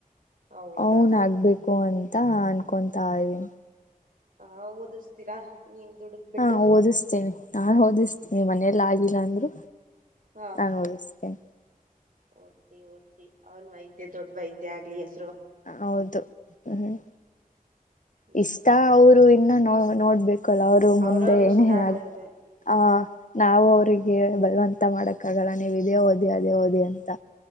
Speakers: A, on the right; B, on the left.
A: ಹೌದಾ
B: ಅವ್ನು ಆಗ್ಬೇಕು ಅಂತ್. ಅಂತಾ ಅನ್ಕೊತಾ ಇದೀನಿ.
A: ಹಾ ಓದಿಸ್ತೀರಾ. ನೀವು ದುಡದ್ ಬಿಟ್ಟು
B: ಹಾ ಓದಿಸ್ತೇನೆ ನಾನ್ ಓದಿಸ್ತೀನಿ ಮನೆ. ಮನೇಲ್ ಆಗಿಲ್ಲ ಅಂದ್ರೆ.
A: ಹಾ
B: ನಾನ್ ಓದಸು ತ್ತ
A: ಓದ್ಸಿ ಓದ್ಸಿ ಅವನ್ ವೈದ್ಯ ದೊಡ್ ವೈದ್ಯ ಆಗ್ಲಿ ಎಷ್ಟ.
B: ಹೌದು ಹ್ಮ್
A: ಹ್ಮ್
B: ಇಷ್ಟ ಅವ್ರು ಇನ್ನು ನಮ್. ಹಾ ನೋಡ್ಬೇಕ. ಕಲಾ ಅವ್ರು
A: ಅವ್ರವ್ರ
B: ಮುಂದೆ
A: ಇಷ್ಟ
B: ಏನೇನೆ
A: ಅದೇ
B: ಆಗ್
A: ಅದೇ
B: ಆ. ನಾವು ಅವರಿಗೆ ಬಲವಂತ ಮಾಡಕ್ಕ ಆಗಲ್ಲ ನೀವ್ ಇದೇ ಓದಿ ಅದೇ ಓದಿ ಅಂತಾ.